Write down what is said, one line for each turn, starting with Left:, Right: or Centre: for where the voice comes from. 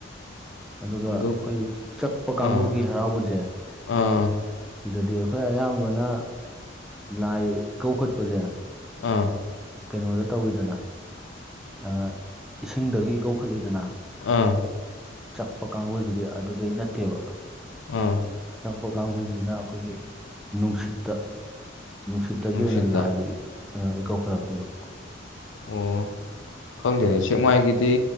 Centre: ꯑꯗꯨꯒ
Left: ꯑꯗꯨ
Centre: ꯑꯩꯈꯣꯏ ꯆꯛꯄ ꯀꯥꯡꯒꯨꯒꯤ
Left: ꯑꯥ
Centre: ꯍꯔꯥꯎꯕꯖꯦ
Left: ꯑꯥ
Centre: ꯁꯤꯗꯗꯤ ꯑꯩꯈꯣꯏ ꯑꯌꯥꯝꯕꯅ ꯂꯥꯏ ꯏꯀꯧꯈꯠꯄꯁꯦ
Left: ꯑꯥ
Centre: ꯀꯩꯅꯣꯗ ꯇꯧꯋꯤꯗꯅ ꯑ ꯏꯁꯤꯡꯗꯒꯤ ꯏꯀꯧꯈꯠꯂꯤꯗꯅ
Left: ꯑꯥ
Centre: ꯆꯛꯄ ꯀꯥꯡꯕꯨꯁꯤꯗꯤ ꯑꯗꯨꯗꯩ ꯅꯠꯇꯦꯕ
Left: ꯑꯥ
Centre: ꯆꯛꯄ ꯀꯥꯡꯕꯨꯁꯤꯅ ꯑꯩꯈꯣꯏꯒꯤ ꯅꯨꯡꯁꯤꯠꯇ ꯅꯨꯡꯁꯤꯠꯇꯒꯤ
Left: ꯅꯨꯡꯁꯤꯠꯇ
Centre: ꯑꯣꯏꯅ ꯂꯥꯏꯖꯦ ꯏ ꯑ ꯏꯀꯧꯈꯠꯂꯛꯇꯣꯏꯕ
Left: ꯑꯣ ꯈꯪꯗꯦꯅꯦ ꯁꯤ ꯁꯦꯛꯃꯥꯏꯒꯤꯗꯤ